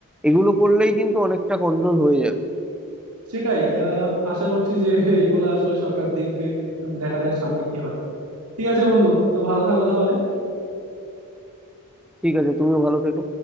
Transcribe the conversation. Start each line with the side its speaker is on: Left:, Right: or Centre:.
Centre: এগুলো করলেই কিন্তু অনেকটা কন্ট্রোল হয়ে যাবে
Right: সেটাই আহ আশা করছি যে এগুলো আসলে সরকার দেখবে এখন দেখা যাক সামনে কি হয় ঠিক আছে বন্ধু তো ভালো থাকো তাহলে
Centre: ঠিক আছে তুমিও ভালো থেকো